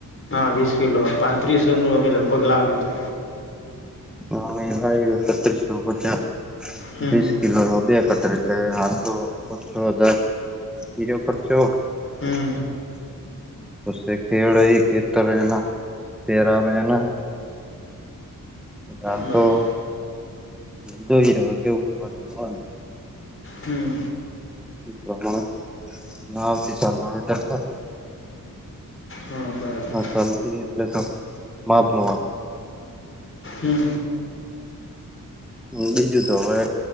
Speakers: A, on the left; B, in the centre.
A: હા, વીસ કિલો પાંત્રીસો નું અમે લગભગ લાવ્યું હતુ
B: હમ, ભાઈ એકત્રીસો પચાસ
A: હમ
B: વિસ કિલો ન બે કટરે એટલે હાલ, તો છો હજાર બીજો ખર્ચો <unintelligible>
A: હમ
B: ઉસે ખેડહી ખેત, રહેના પેરા બેના હાલ,
A: બરાબર
B: તો જોઈ રહ્યો <unintelligible> કેવુંદન
A: હમ
B: પ્રમાણે ન આવતી સાર આવેવેતર થાય.
A: હા બરાબર
B: હા, ચાલતી એટલે તો માપ <unintelligible> ન
A: હમ
B: હ, બીજુ તો હવે